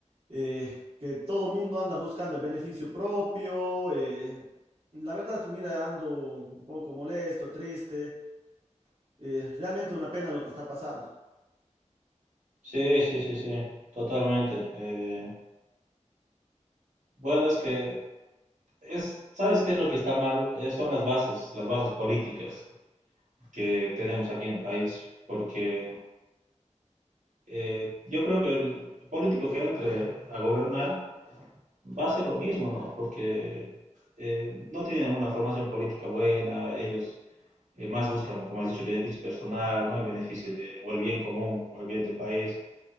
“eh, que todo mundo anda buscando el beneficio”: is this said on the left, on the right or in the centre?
Right